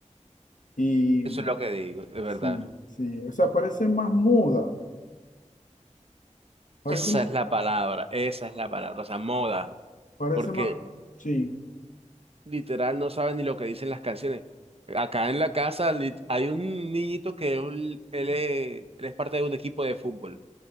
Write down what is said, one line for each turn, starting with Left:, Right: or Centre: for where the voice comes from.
Left: Y
Right: Eso es lo que digo, es verdad.
Left: sí, sí, o sea, parece más muda, parece
Right: Esa
Left: más,
Right: es la palabra, esa es la palabra, o sea, moda,
Left: parece
Right: porque
Left: más, sí,
Right: literal no saben ni lo que dicen las canciones. Acá en la casa lit- hay un niñito que es un- él es él es parte de un equipo de fútbol.